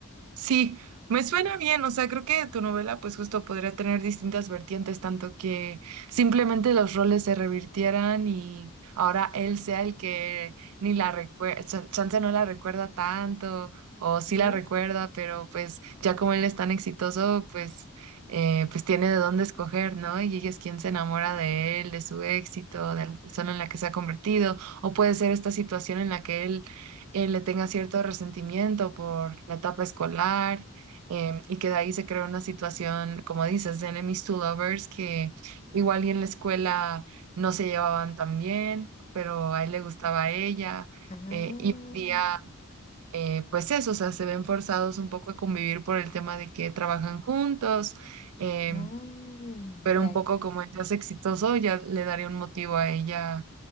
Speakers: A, on the right (about 70°); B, on the left (about 30°).
A: Sí, me suena bien, o sea, creo que tu novela pues justo podría tener distintas vertientes, tanto que simplemente los roles se revirtieran y ahora él sea el que ni la recuerda, chance no la recuerda tanto o sí
B: Ujú.
A: la recuerda, pero pues ya como él es tan exitoso, pues eh, pues tiene de dónde escoger, ¿no? Y ella es quien se enamora de él, de su éxito, de la persona en la que se ha convertido, o puede ser esta situación en la que él eh, le tenga cierto resentimiento por la etapa escolar em, y que de ahí se crea una situación, como dices, de enemies to lovers, que igual y en la escuela no se llevaban tan bien, pero a él le gustaba a ella
B: Ah.
A: eh, y hoy día, eh, pues eso, o sea, se ven forzados un poco a convivir por el tema de que trabajan juntos, em,
B: Ah,
A: pero
B: ya.
A: un poco como él ya es exitoso, ya le daría un motivo a ella